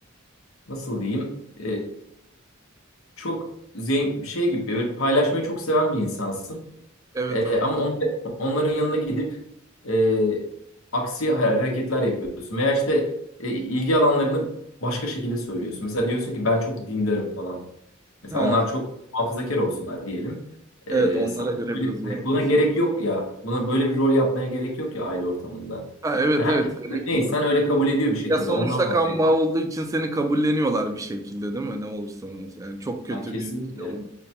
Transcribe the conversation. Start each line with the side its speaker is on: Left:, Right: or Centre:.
Left: nasıl diyeyim e, çok zengin şey gibi böyle paylaşmayı çok seven bir insansın.
Right: Evet
Left: Ee,
Right: abi.
Left: ama on- onların yanına gidip e, aksi ha- hareketler yapıyorsun. Veya işte e, ilgi alanlarını başka şekilde söylüyorsun. Mesela diyorsun ki ben çok dindarım falan. Mesela
Right: Ha,
Left: onlar çok hafızakar olsunlar diyelim. Ee,
Right: evet onlara
Left: sen
Right: göre
Left: böyle
Right: biraz
Left: hani
Right: uyarlıyoruz.
Left: buna gerek yok ya. Buna böyle bir rol yapmaya gerek yok ya aile ortamında.
Right: Ha, evet
Left: Yani
Right: evet
Left: herkes
Right: gerekmiyor.
Left: neyse sen öyle kabul ediyor bir şekilde.
Right: Ya sonuçta
Left: Ondan bahsediyorum.
Right: kan bağı olduğu için seni kabulleniyorlar bir şekilde değil mi? Ne olursa olsun. Yani çok kötü
Left: Yani kesinlikle.
Right: bir şey olmuş.